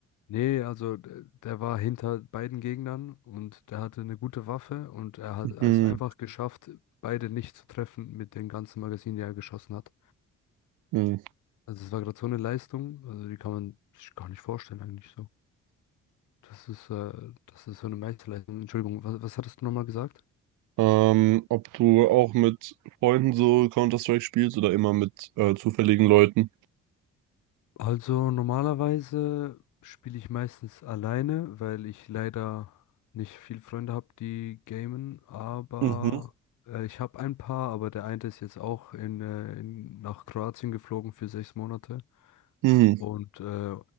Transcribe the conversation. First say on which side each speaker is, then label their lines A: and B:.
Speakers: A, on the left; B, on the right.
A: Nee, also d- der war hinter beiden Gegnern und der hatte eine gute Waffe und er hat
B: Hm,
A: es einfach geschafft, beide nicht zu treffen mit den ganzen Magazinen, die er geschossen hat.
B: hm.
A: Also es war gerade so eine Leistung, also die kann man sich gar nicht vorstellen eigentlich so. Das ist, äh, das ist so eine Meisterleistung. Entschuldigung, was, was hattest du nochmal gesagt?
B: Ähm, ob du auch mit Freunden so Counter-Strike spielst oder immer mit äh, zufälligen Leuten?
A: Also normalerweise spiele ich meistens alleine, weil ich leider nicht viel Freunde habe, die gamen, aber
B: Mhm.
A: äh, ich habe ein paar, aber der eine ist jetzt auch in, äh, in, nach Kroatien geflogen für sechs Monate
B: Mhm.
A: und, äh,